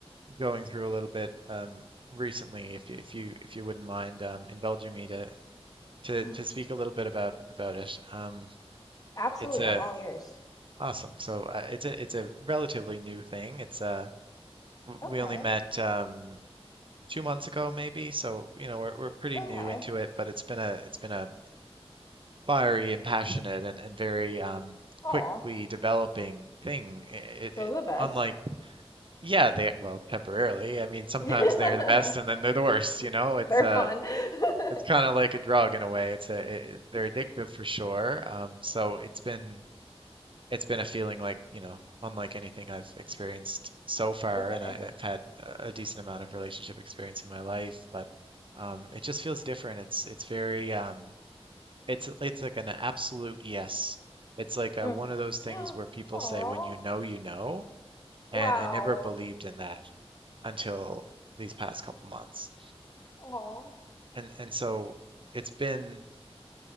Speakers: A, on the right; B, on the left.
A: going through a little bit um, recently. If you, if you if you wouldn't mind um, indulging me to to
B: <laughs>
A: to speak a little bit about about it. Um,
B: Absolutely,
A: it's a
B: I'm all ears.
A: awesome. So uh, it's a it's a relatively new thing. It's uh w-
B: Okay.
A: we only met um two months ago maybe, so you know we're we're pretty
B: Okay.
A: new into it, but it's been a it's been a fiery and passionate and and very um
B: Aw.
A: quickly developing thing. It,
B: Those
A: it,
B: are the best.
A: unlike yeah they well temporarily. I mean sometimes
B: <laughs>
A: they're the best and then they're the worst. You know it's
B: They're
A: uh
B: fun. <laughs>
A: it's kind of like a drug in a way. It's a it, it- they're addictive for sure. Um, so it's been it's been a feeling like, you know, unlike anything I've experienced so far,
B: Okay.
A: and I, I've had a decent amount of relationship experience in my life, but um, it just feels different. It's it's very um, it's it's like an absolute yes. It's like a,
B: Mm.
A: one of those things
B: <gasps>
A: where people
B: Aw.
A: say, when you know, you know, and
B: Wow.
A: I never believed in that until these past couple months,
B: Aw.
A: and and so it's been